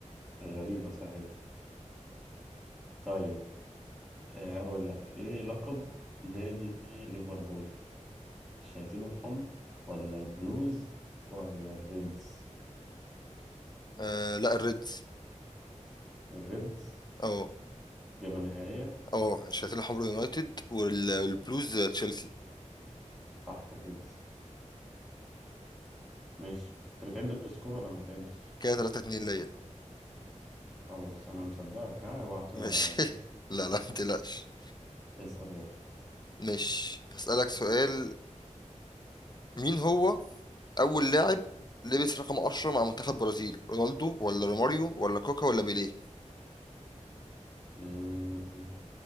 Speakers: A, in the centre; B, on the left.
A: <laughs> غريبة صحيح طيب آه، أقول لك إيه لقب نادي ليفربول الشياطين الحمر ولا البلوز ولا الريدز
B: آه لا الريدز
A: الريدز
B: اه
A: إجابة نهائية
B: اه الشياطين الحمر يونايتد وال- والبلوز تشيلسي
A: صح الريدز ماشي أنت بتعد السكور ولا ما بتعدش
B: كده 3 2 ليا
A: خلاص انا مصدقك ها اوعى ت-
B: ماشي <laughs>
A: كده
B: لا لا ما تقلقش
A: اسأل يلا
B: ماشي هسألك سؤال مين هو أول لاعب لبس رقم 10 مع منتخب برازيل رونالدو ولا روماريو ولا كوكا ولا بيليه
A: مم.